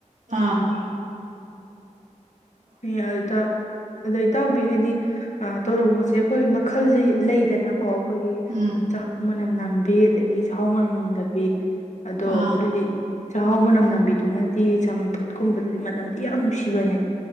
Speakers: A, on the right; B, on the left.
A: ꯑ
B: ꯃꯤ ꯑꯜꯗ ꯑꯗꯣ ꯏꯇꯥꯎꯕꯤ ꯍꯥꯏꯗꯤ ꯑ ꯇꯧꯔ ꯄꯣꯠꯁꯦ ꯑꯩꯈꯣꯏ ꯃꯈꯜꯁ ꯂꯩꯗꯅ ꯀꯣ ꯑꯩꯈꯣꯏꯒꯤ
A: ꯎꯝ
B: ꯆꯥꯛ ꯃꯅꯝ ꯅꯅꯥꯟ ꯄꯄꯤ ꯑꯗꯒꯤ ꯆꯥꯛꯍꯥꯎ ꯃꯔꯝ ꯅꯝꯗꯕ ꯑꯗꯣ
A: ꯑꯥ
B: ꯍꯥꯏꯗꯤ ꯆꯥꯛꯍꯥꯎ ꯃꯅꯝ ꯅꯝꯕꯤꯗꯨꯅꯗꯤ ꯆꯝꯐꯨꯠꯀꯨꯝꯕꯗꯨꯗꯤ ꯃꯅꯝꯗꯤ ꯌꯥꯝ ꯅꯨꯡꯁꯤꯕꯅꯦ